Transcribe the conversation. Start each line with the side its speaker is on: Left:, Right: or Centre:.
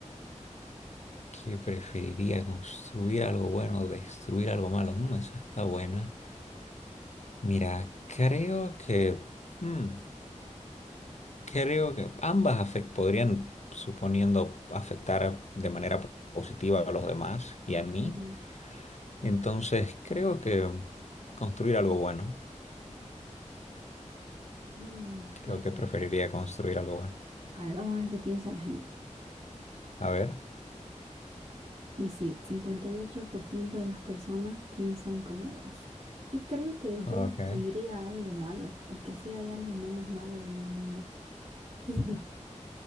Left: ¿Qué preferiría construir algo bueno o destruir algo malo? Mm, esa está buena. Mira, creo que, mm, creo que ambas afec- podrían, suponiendo, afectar de manera po- positiva a los demás y a mí.
Right: Ujú.
Left: Entonces, creo que construir algo bueno.
Right: Mm,
Left: Creo
Right: pero,
Left: que preferiría construir algo bueno.
Right: a ver, vamos a ver qué piensa la gente.
Left: A ver,
Right: Y sí, 58% de las personas piensan como vos. Yo creo que yo
Left: ok.
Right: destruiría algo malo, porque sí hay algo menos malo en el mundo. <laughs>